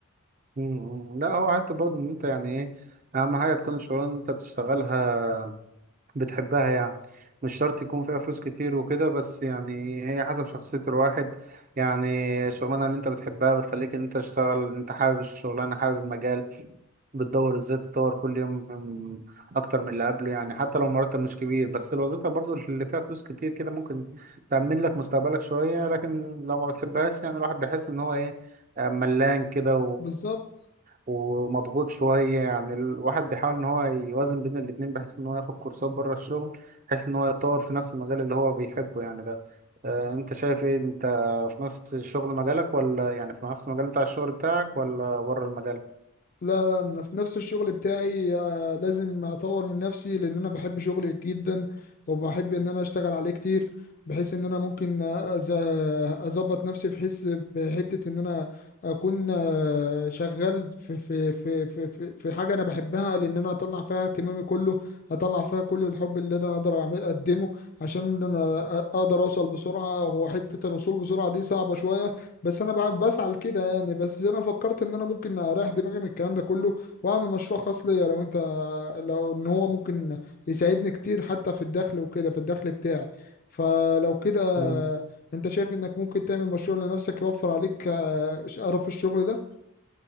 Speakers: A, on the right; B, on the left.
A: مم، لا هو حتى برضو ان انت يعني ايه اهم حاجه تكون الشغلانه اللي انت بتشتغلها بتحبها يعني مش شرط يكون فيها فلوس كتير وكده بس يعني هي حسب شخصية الواحد يعني الشغلانة اللي انت بتحبها بتخليك ان انت تشتغل انت حابب الشغلانة حابب المجال بتدور ازاي تطور كل يوم من- اكتر من اللي قبله يعني حتى لو المرتب مش كبير بس الوظيفة برضو اللي فيها فلوس كتير كده ممكن تأمن لك مستقبلك شوية لكن لو ما بتحبهاش يعني الواحد بيحس ان هو ايه آه، ملان كده
B: بالظبط
A: ومضغوط شوية يعني الواحد بيحاول إن هو يوازن بين الاتنين بحيث إن هو ياخد كورسات بره الشغل بحيث إن هو يتطور في نفس المجال اللي هو بيحبه يعني ده آه، أنت شايف إيه أنت في نفس الشغل مجالك ولا يعني في نفس المجال بتاع الشغل بتاعك ولا بره المجال؟
B: لا لا انا في نفس الشغل بتاعي آه، لازم اطور من نفسي لان انا بحب شغلي جدا وبحب ان انا اشتغل عليه كتير بحيث ان انا ممكن أز- اظبط نفسي بحس بحتة ان انا اكون آه، شغال في في في في في في حاجة انا بحبها لان انا اطلع فيها اهتمامي كله اطلع فيها كل الحب اللي انا اقدر أعمل- اقدمه عشان انا اقدر اوصل بسرعة وحتة الوصول بسرعة دي صعبة شوية بس انا بع- بسعى لكده يعني بس انا فكرت ان انا ممكن اريح دماغي من الكلام ده كله واعمل مشروع خاص ليا لو انت لو ان هو ممكن يساعدني كتير حتى في الدخل وكده في الدخل بتاعي فلو كده
A: مم.
B: انت شايف انك ممكن تعمل مشروع لنفسك يوفر عليك آه، قرف الشغل ده